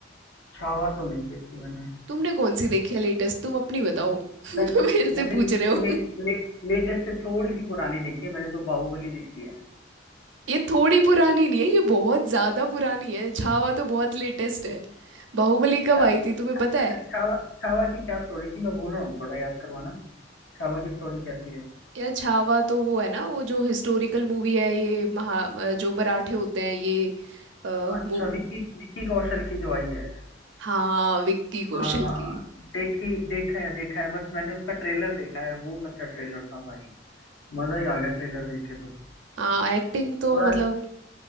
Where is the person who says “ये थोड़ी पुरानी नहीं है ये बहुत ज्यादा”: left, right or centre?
Right